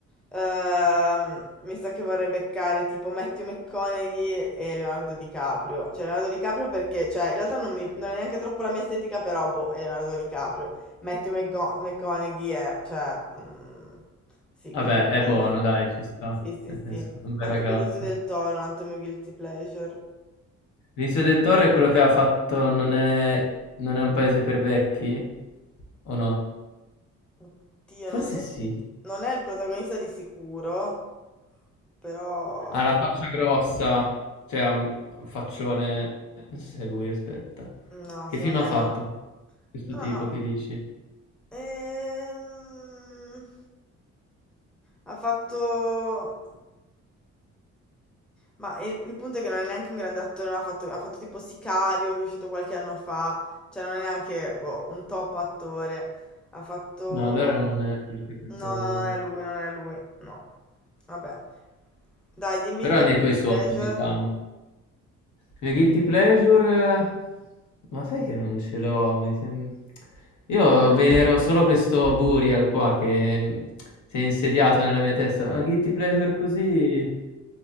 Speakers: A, in the centre; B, on the left.
A: ehm, mi sa che vorrei beccare tipo Matthew McConaughey e Leonardo DiCaprio, cioè Leonardo DiCaprio perché, cioè, in realtà non, mi- non è neanche troppo la mia estetica, però, boh, è Leonardo DiCaprio, Matthew McGo- McConaughey è, cioè, mm, sì,
B: Vabbè,
A: guilty pleasure,
B: è buono, dai, ci sta.
A: sì, sì,
B: Nel senso,
A: sì,
B: è un bel
A: anche
B: ragazzo.
A: Benicio del Toro, è un altro mio guilty pleasure.
B: Vizio del Toro è quello che ha fatto non è, non è un paese per vecchi? O no?
A: Oddio,
B: Forse
A: non so
B: sì.
A: se... Non è il protagonista di sicuro, però...
B: Ha la faccia grossa, cioè ha un un faccione. Non so se è lui, aspetta.
A: No,
B: Che
A: secondo
B: film ha
A: me
B: fatto
A: no.
B: questo
A: No,
B: tipo
A: no.
B: che dici?
A: Ehm... Ha fatto... Ma il, il punto è che non è neanche un grande attore, non ha fatto, ha fatto tipo Sicario, che è uscito qualche anno fa, cioè non è neanche boh, un top attore. Ha fatto...
B: No, allora non è quello che pensavo
A: No, no,
B: io.
A: non è lui, non è lui, no. Vabbè. Dai, dimmi
B: Però
A: il tuo
B: è nei
A: guilty
B: tuoi sogni,
A: pleasure.
B: diciamo. Il mio guilty pleasure? eh, Ma sai che non ce l'ho? mi sem- Io venero solo questo Burial qua che mm, si è insediato nella mia testa. Ma guilty pleasure così